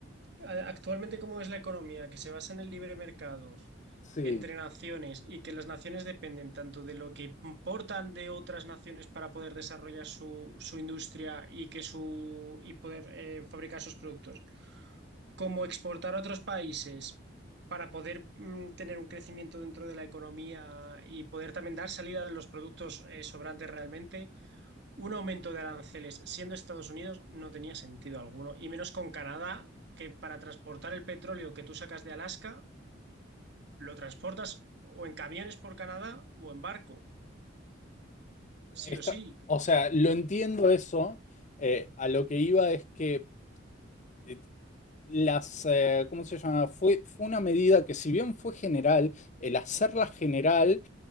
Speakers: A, on the right (about 60°); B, on the left (about 40°).
A: a- actualmente cómo es la economía, que se basa en el libre mercado
B: sí,
A: entre naciones y que las naciones dependen tanto de lo que importan de otras naciones para poder desarrollar su, su industria y que su y poder eh, fabricar sus productos como exportar a otros países para poder mm, tener un crecimiento dentro de la economía y poder también dar salida de los productos eh, sobrantes realmente, un aumento de aranceles siendo Estados Unidos no tenía sentido alguno, y menos con Canadá, que para transportar el petróleo que tú sacas de Alaska, lo transportas o en camiones por Canadá o en barco, sí
B: está,
A: o sí,
B: o sea, lo entiendo eso. eh, a lo que iba es que eh, las, eh, ¿cómo se llama? Fue, fue una medida que si bien fue general, el hacerla general